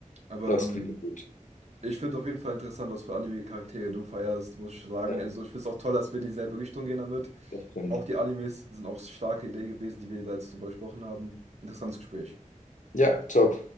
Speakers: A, on the right (about 60°); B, on the left (about 75°).
A: Aber
B: das
A: ähm,
B: klingt gut.
A: ich finde auf jeden Fall interessant, was für Anime-Charaktere du feierst, muss ich sagen.
B: Ja,
A: Also ich finde es auch toll, dass wir in dieselbe Richtung gehen damit.
B: das stimmt.
A: Auch die Animes sind auch starke Idee gewesen, die wir da jetzt drüber gesprochen haben. Interessantes Gespräch.
B: Ja, top.